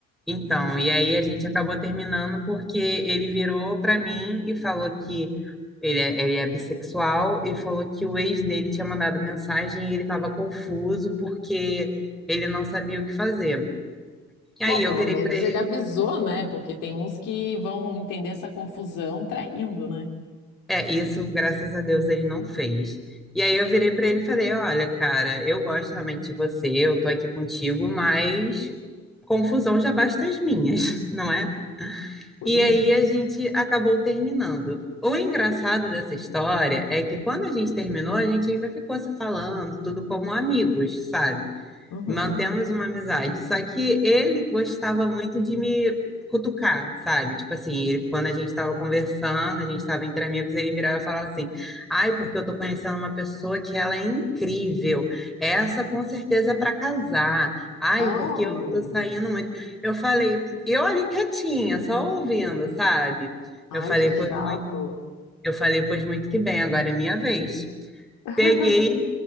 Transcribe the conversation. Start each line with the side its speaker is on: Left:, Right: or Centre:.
Centre: Então, e aí a gente acabou terminando porque ele virou pra mim e falou que ele é, ele é bissexual e falou que o ex dele tinha mandado mensagem e ele estava confuso porque ele não sabia o que fazer. E aí
Left: Bom, pelo
Centre: eu virei
Left: menos
Centre: pra ele,
Left: ele avisou, né? Porque tem uns que vão entender essa confusão traindo, né?
Centre: é, isso, graças a Deus, ele não fez. E aí eu virei pra ele e falei, olha, cara, eu gosto realmente de você, eu tô aqui contigo, mas confusão já basta as minhas, <laughs> não é?
Left: Pois
Centre: E aí
Left: é.
Centre: a gente acabou terminando. O engraçado dessa história é que quando a gente terminou, a gente ainda ficou se falando, tudo como amigos, sabe?
Left: Uhum.
Centre: Mantemos uma amizade. Só que ele gostava muito de me cutucar, sabe? Tipo assim, ele- quando a gente estava conversando, a gente estava entre amigos, ele virava e falava assim: Ai, porque eu tô conhecendo uma pessoa que ela é incrível. Essa com certeza é para casar. Ai,
Left: Oh,
Centre: porque eu tô saindo muito. Eu falei, eu ali quietinha, só ouvindo, sabe?
Left: ai,
Centre: Eu falei,
Left: que chato.
Centre: pois muito, eu falei, pois muito que bem, agora é minha vez.
Left: <laughs>
Centre: Peguei.